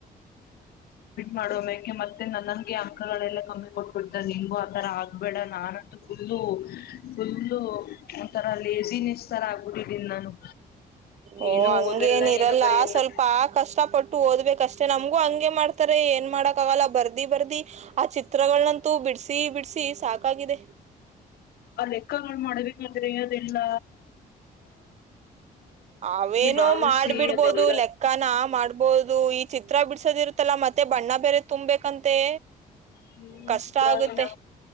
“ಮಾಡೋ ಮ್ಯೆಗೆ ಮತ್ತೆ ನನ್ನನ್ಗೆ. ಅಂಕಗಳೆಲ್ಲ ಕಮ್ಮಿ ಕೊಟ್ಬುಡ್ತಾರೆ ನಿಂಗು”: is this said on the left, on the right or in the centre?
Left